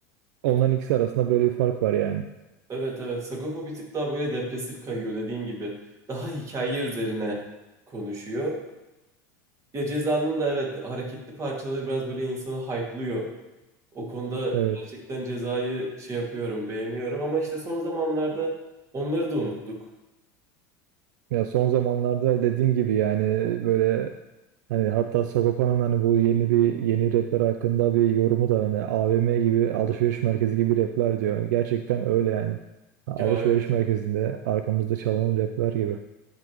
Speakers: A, on the right; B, on the right.
A: Onların
B: bir-
A: ikisi arasında böyle bir fark var yani.
B: evet evet. Sagopa bir tık daha böyle depresif kayıyor dediğin gibi. Daha hikaye üzerine konuşuyor. Ya Ceza'nın da evet hareketli parçaları biraz böyle insanı hype'lıyor. O konuda
A: Evet.
B: gerçekten Ceza'yı şey yapıyorum, beğeniyorum ama işte son zamanlarda onları da unuttuk.
A: Ya son zamanlarda dediğin gibi yani böyle hani hatta Sagopa'nın hani bu yeni bir yeni rapler hakkında bir yorumu da hani AVM gibi alışveriş merkezi gibi rapler diyor. Gerçekten öyle yani. Alışveriş
B: Ya
A: merkezinde arkamızda çalan rapler gibi.